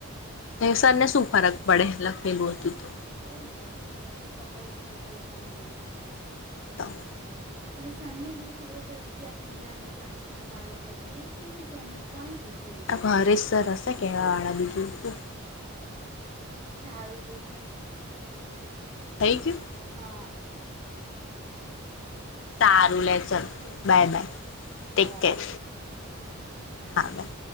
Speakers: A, on the left; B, on the right.
A: હતીસ
B: હમ
A: ને શું ફરક પડે લખે ગું હતુ તુ
B: કઈ નઈ તમને તો ખબર છે કે કોણ કેવું છે.
A: તમ
B: લસાને બી ખબર પડી ગઈ આ પ્રિયા નું નાસ્તાનું આ રીતે હત, એ કેવી રતે મના કોકે દૂર
A: હ રસ સરર કે કેવાવાળાં બીજું શું
B: હા સારું તો ચલ
A: થઈ ગયું
B: હા
A: સારું લે ચલ
B: થઈ જશે
A: બાય બાય ટેક
B: હા બાય
A: કેર હા બાય